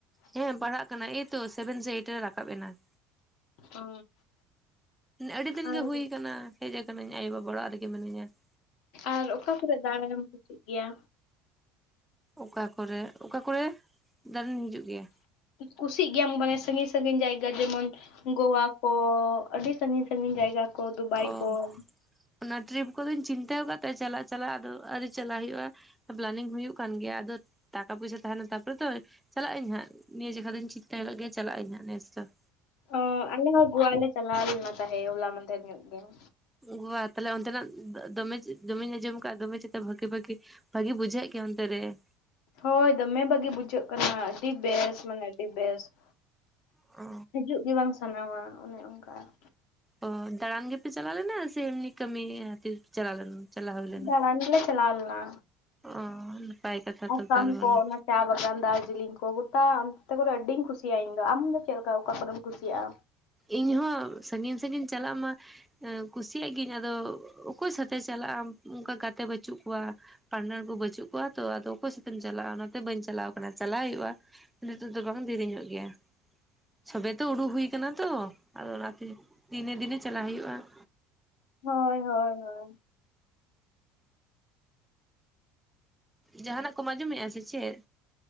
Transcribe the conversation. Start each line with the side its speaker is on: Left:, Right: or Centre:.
Centre: ᱦᱮᱸ ᱯᱟᱲᱦᱟᱜ ᱠᱟᱱᱟ ᱮᱭᱛᱚ ᱥᱮᱵᱷᱮᱱ ᱥᱮ ᱮᱭᱤᱴ ᱨᱮ ᱨᱟᱠᱟᱵ ᱮᱱᱟ ᱾
Left: ᱚ
Centre: ᱟᱹᱰᱤ ᱫᱤᱱ
Left: ᱟᱨ
Centre: ᱜᱮ ᱦᱩᱭ ᱟᱠᱟᱱᱟ ᱾ ᱦᱮᱡ ᱟᱠᱟᱹᱱᱟᱹᱧ ᱟᱭᱳ ᱵᱟᱵᱟ ᱚᱲᱟᱜ ᱨᱮᱜᱮ ᱢᱤᱱᱟᱹᱧᱟ ᱾
Left: ᱟᱨ ᱚᱠᱟ ᱠᱚᱨᱮ ᱫᱟᱬᱟᱱᱮᱢ ᱠᱩᱥᱤᱜ ᱜᱮᱭᱟ?
Centre: ᱚᱠᱟ ᱠᱚᱨᱮ ᱚᱠᱟ ᱠᱚᱨᱮ ᱫᱟᱲᱟᱱ ᱤᱧ ᱦᱤᱡᱩᱜ ᱜᱮᱭᱟ
Left: ᱠᱩᱥᱤᱜ ᱜᱮᱭᱟᱢ ᱢᱟᱱᱮ ᱥᱟᱺᱜᱤᱧ ᱥᱟᱺᱜᱤᱧ ᱡᱟᱭᱜᱟ ᱡᱮᱢᱚᱱ ᱜᱳᱣᱟ, ᱠᱚ ᱟᱹᱰᱤ ᱥᱟᱺᱜᱤᱧ ᱥᱟᱺᱜᱤᱧ ᱡᱟᱭᱜᱟ ᱠᱚ ᱫᱩᱵᱟᱭ
Centre: ᱚ
Left: ᱠᱚ ᱾
Centre: ᱚᱱᱟ ᱴᱨᱤᱯ ᱠᱚᱫᱚᱧ ᱪᱤᱱᱛᱟᱹᱣ ᱟᱠᱟᱜ ᱛᱟᱦᱮᱸᱫ ᱪᱟᱞᱟᱜ ᱪᱟᱞᱟᱜ ᱟᱫᱚ ᱟᱣᱨᱤ ᱪᱟᱞᱟᱜ ᱦᱩᱭᱩᱜ-ᱟ ᱾ ᱯᱞᱟᱱᱤᱝ ᱦᱩᱭᱩᱜ ᱠᱟᱱ ᱜᱮᱭᱟ ᱟᱫᱚ ᱴᱟᱠᱟ ᱯᱩᱭᱥᱟ ᱛᱟᱦᱮᱱᱟ ᱛᱟᱯᱚᱨᱮ ᱛᱚ ᱪᱟᱞᱟᱜ ᱟᱹᱧ ᱦᱟᱸᱜ ᱱᱤᱭᱟᱹ ᱡᱮᱠᱷᱟ ᱫᱩᱧ ᱪᱤᱱᱛᱟᱹ ᱠᱟᱜ ᱜᱮᱭᱟ ᱪᱟᱞᱟᱜ ᱟᱹᱧ ᱦᱟᱸᱜ ᱱᱮᱥ ᱫᱚ ᱾
Left: ᱚ ᱟᱞᱮ ᱦᱚᱸ ᱜᱳᱣᱟ ᱞᱮ ᱪᱟᱞᱟᱣ ᱞᱮᱱᱟ ᱛᱟᱦᱮᱸ ᱦᱚᱞᱟ ᱢᱟᱫᱷᱮᱨ ᱧᱚᱜ ᱜᱮ ᱾
Centre: ᱜᱳᱣᱟ ᱛᱟᱦᱞᱮ ᱚᱱᱛᱮᱱᱟᱜ ᱫᱚᱢᱮ ᱫᱚᱢᱮᱧ ᱟᱸᱡᱚᱢ ᱟᱠᱟᱜ-ᱟ ᱫᱚᱢᱮ ᱪᱮᱛᱟ ᱵᱷᱟᱹᱜᱤ ᱵᱷᱟᱹᱜᱤ ᱵᱷᱟᱹᱜᱤ ᱵᱩᱡᱷᱟᱹᱜ ᱜᱮᱭᱟ ᱚᱱᱛᱮ ᱨᱮ ᱾
Left: ᱦᱳᱭ ᱫᱚᱢᱮ ᱵᱷᱟᱹᱜᱤ ᱵᱩᱡᱷᱟᱹᱜ ᱠᱟᱱᱟ ᱟᱹᱰᱤ ᱵᱮᱥ ᱢᱟᱱᱮ ᱟᱹᱰᱤ ᱵᱮᱥ ᱾
Centre: ᱚ ᱾
Left: ᱦᱤᱡᱩᱜ ᱜᱮ ᱵᱟᱝ ᱥᱟᱱᱟᱣᱟ ᱚᱱᱮ ᱚᱱᱠᱟ ᱾
Centre: ᱚ ᱫᱟᱬᱟᱱ ᱜᱮᱯᱮ ᱪᱟᱞᱟᱣ ᱞᱮᱱᱟ? ᱥᱮ ᱮᱢᱱᱤ ᱠᱟᱹᱢᱤ ᱪᱟᱞᱟᱣ ᱞᱮᱱ ᱪᱟᱞᱟᱣ ᱦᱩᱭ ᱞᱮᱱᱟ
Left: ᱫᱟᱬᱟᱱ ᱜᱮᱞᱮ ᱪᱟᱞᱟᱣ ᱞᱮᱱᱟ
Centre: ᱾ᱚ, ᱱᱟᱯᱟᱭ ᱠᱟᱛᱷᱟ
Left: ᱟᱥᱟᱢ
Centre: ᱛᱚ ᱛᱟᱨ ᱢᱟᱱᱮ
Left: ᱠᱚ ᱚᱱᱟ ᱪᱟ ᱵᱟᱜᱟᱱ ᱫᱟᱨᱡᱤᱞᱤᱝ ᱠᱚ ᱜᱚᱴᱟ ᱚᱱᱛᱮ ᱠᱚᱨᱮ ᱟᱹᱰᱤᱧ ᱠᱩᱥᱤᱭᱟᱜ-ᱟ ᱤᱧ ᱫᱚ, ᱟᱢ ᱫᱚ ᱪᱮᱫ ᱞᱮᱠᱟ ᱚᱠᱟ ᱠᱚᱨᱮᱢ ᱠᱩᱥᱤᱭᱟᱜ-ᱟ?
Centre: ᱤᱧ ᱦᱚᱸ ᱥᱟᱺᱜᱤᱧ ᱥᱟᱺᱜᱤᱧ ᱪᱟᱞᱟᱜ ᱢᱟ ᱠᱩᱥᱤᱭᱟᱜ ᱜᱤᱭᱟᱹᱧ ᱟᱫᱚ ᱚᱠᱚᱭ ᱥᱟᱛᱮ ᱪᱟᱞᱟᱜ-ᱟᱢ ᱚᱝᱠᱟ ᱜᱟᱛᱮ ᱵᱟᱹᱪᱩᱜ ᱠᱚᱣᱟ ᱾ ᱯᱟᱨᱴᱱᱟᱨ ᱠᱚ ᱵᱟᱹᱪᱩᱜ ᱠᱚᱣᱟ ᱛᱚ ᱟᱫᱚ ᱚᱠᱚᱭ ᱥᱟᱛᱮᱢ ᱪᱟᱞᱟᱜᱼᱟ ᱾ ᱚᱱᱟ ᱛᱮ ᱵᱟᱹᱧ ᱪᱟᱞᱟᱣ ᱟᱠᱟᱱᱟ ᱾ᱪᱟᱞᱟᱣ ᱦᱩᱭᱩᱜᱼᱟ ᱱᱤᱛᱚᱜ ᱫᱚ ᱵᱟᱝᱟ ᱫᱮᱨᱤᱧᱚᱜ ᱜᱮᱭᱟ ᱾ ᱥᱟᱵᱮ ᱛᱚ ᱩᱰᱩᱠ ᱦᱩᱭ ᱟᱠᱟᱱᱟ ᱛᱚ, ᱟᱫᱚ ᱚᱱᱟᱛᱮ ᱫᱤᱱᱮ ᱫᱤᱱᱮ ᱪᱟᱞᱟᱜ ᱦᱩᱭᱩᱜᱼᱟ ᱾
Left: ᱦᱳᱭ ᱦᱳᱭ ᱦᱳᱭ ᱾
Centre: ᱡᱟᱦᱟᱱᱟᱜ ᱠᱚᱢ ᱟᱸᱡᱚᱢᱮᱫᱼᱟ ᱥᱮ ᱪᱮᱫ?